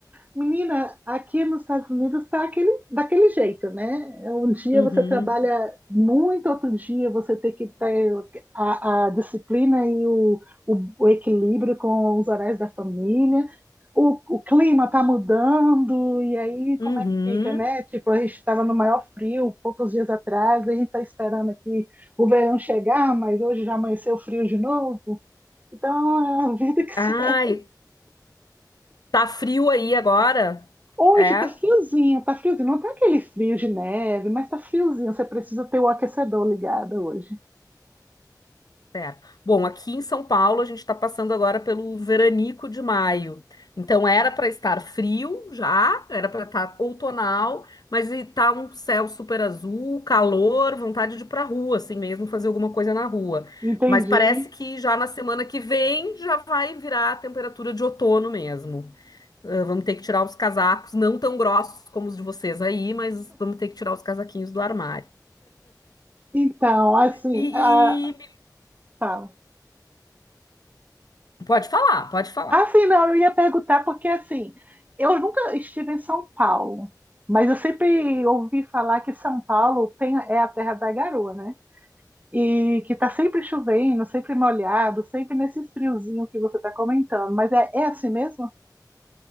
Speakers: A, on the right; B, on the left.
A: Menina, aqui nos Estados Unidos está aquele, daquele jeito, né? Um dia
B: Uhum,
A: você trabalha muito, outro dia você tem que ter a, a disciplina e o, o, o equilíbrio com os horários da família. O, o clima está mudando, e aí como
B: uhum.
A: é que fica, né? Tipo, a gente estava no maior frio poucos dias atrás, e a gente está esperando aqui o verão chegar, mas hoje já amanheceu frio de novo. Então, é a <laughs> vida que segue.
B: Ai, tá frio aí agora?
A: Hoje
B: É?
A: tá friozinho, tá friozinho. Não tá aquele frio de neve, mas tá friozinho. Você precisa ter o aquecedor ligado hoje.
B: Certo. Bom, aqui em São Paulo a gente está passando agora pelo veranico de maio. Então era para estar frio já, era para estar outonal, mas está um céu super azul, calor, vontade de ir para rua, assim mesmo, fazer alguma coisa na rua.
A: Entendi.
B: Mas parece que já na semana que vem já vai virar a temperatura de outono mesmo. Ah, vamos ter que tirar os casacos, não tão grossos como os de vocês aí, mas vamos ter que tirar os casaquinhos do armário.
A: Então, assim,
B: E,
A: ah,
B: e-
A: fala.
B: pode falar, pode falar.
A: Assim, não, eu ia perguntar porque, assim, eu nunca estive em São Paulo, mas eu sempre ouvi falar que São Paulo tem, é a terra da garoa, né? E que tá sempre chovendo, sempre molhado, sempre nesse friozinho que você tá comentando. Mas é, é assim mesmo?